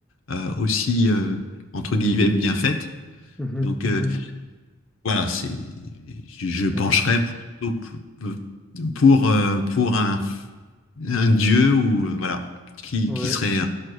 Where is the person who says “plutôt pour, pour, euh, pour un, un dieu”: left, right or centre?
Left